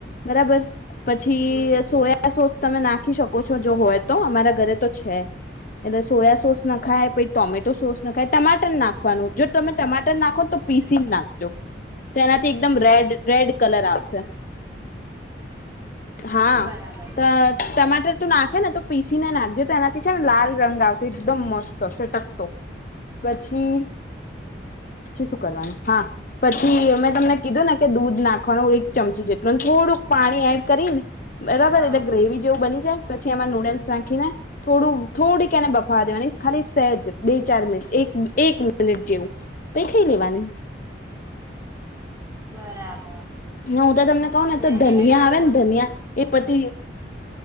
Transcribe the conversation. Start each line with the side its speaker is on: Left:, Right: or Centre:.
Left: બરાબર. પછી
Right: હમ
Left: સોયા સોસ. તમે નાખી શકો છો જો હોય. તો અમારા ઘરે તો છે એટલે સોયા સોસ ના ખાય પ ટોમેટો સોસ નાખાય ટમાટર નાખવાનું જો તમે ટમાટર નાખો તો પીસી નાખજો. તો એનાથી એકદમ રેડ રેડ કલર આવશે હા
Right: બરાબર
Left: તો ટમાટર તું નાખ હે તો. પીસીને નાખજો તો એનાથી છે ને લાલ રંગ આવશે એકદમ મસ્ત તોશે ટકતો પછી. પછી શું કરવાનું હા પછી મેમે તમને કીધું ને કે દૂધ નાખવાનું એક ચમચી જેટલું થોડુંક પાણી એડ કરી ને બરાબર
Right: હા
Left: એટલે ગ્રેવી જેવું બની જાય પછી એમાં નૂડલ્સ રાખીને થોડું થોડીકને બફવા દેવાની ખાલી સેજ બે ચાર મિનિટ એક મિનિટ જેવું પહી ખઈ લેવાનું.
Right: બરાબર.
Left: હ હું તો તમને કહું ને
Right: મેગી
Left: તો ધનિયા
Right: બી બહુ
Left: આવે
Right: મસ્ત
Left: ને ધનિયા એ પતિ